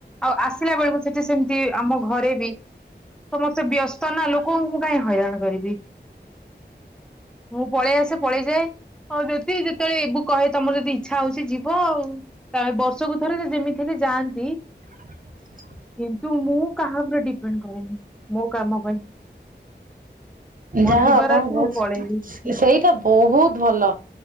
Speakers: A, in the centre; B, on the right.
A: ଆଉ ଆସିଲା ବେଳକୁ ସେଠି ସେମିତି ଆମ ଘରେ ବି ସମସ୍ତେ ବ୍ୟସ୍ତ ନା ଲୋକଙ୍କୁ ମୁଁ କାହିଁ ହଇରାଣ କରିବି। ମୁଁ ପଳେଇ ଆସେ। ପଳେଇ ଯାଏ। ଓ ଯଦି ଯେତେବେଳେ ଏ ବୁ କହେ ତୋମର ଯଦି ଇଚ୍ଛା ହଉଛି ଯିବ ଆଉ। ତୋମେ ବର୍ଷକୁ ଥରେ ସେ ଯେମିତି ହେଲେ ଯାଆନ୍ତି।
B: ହଁ
A: କିନ୍ତୁ ମୁଁ କାହା ଉପରେ ଡିପେଣ୍ଡ କରେନି ମୋ କାମ ପାଇଁ।
B: ହ
A: ମୋର
B: ଯାହା
A: ଯିବାର
B: ଆପଣଙ୍କୁ
A: ଅଛି
B: ବହୁତ,
A: ମୁଁ ପଳେଇବି।
B: ସେଇଟା ବହୁତ ଭଲ।